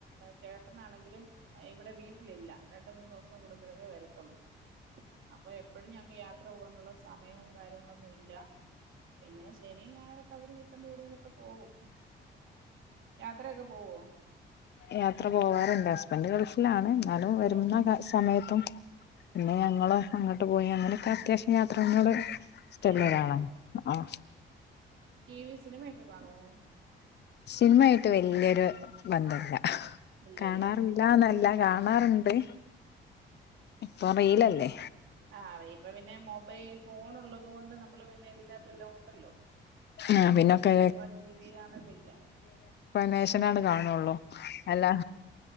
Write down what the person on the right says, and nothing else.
ചേ പാണെങ്കിലും ഇവിടെ വീട്ടിലില്ല രണ്ട മൂന്ന് ദിവസം കൂടുമ്പോഴേക്കെ വരത്തുള്ളൂ അപ്പൊ എപ്പഴും ഞങ്ങക്ക് യാ ത്ര പോകാനുള്ള സമയവും കാര്യങ്ങളൊന്നുമല്ല പിന്നെ ശനിയും ഞായറൊക്ക അവധി കിട്ടും ഇപ്പം വീടുകളിലൊക്കെ പോകും യാത്രയൊക്കെ പോവോ
ആഹാ
ചെയ്യാറുണ്ട്
ടി വി സിനിമയൊക്കെ കാണുമോ
ഇല്ലല്ലേ
അറിയുമ്പോ പിന്നെ മൊബൈ ഫോൺ ഉള്ളത് കൊണ്ട് നമ്മള് പിന്നെ ഇതിനകത്തു എല്ലാം ഉണ്ടല്ലോ
അതുകൊണ്ട് ഇപ്പോൾ ടീവി കാണൽ ഇല്ല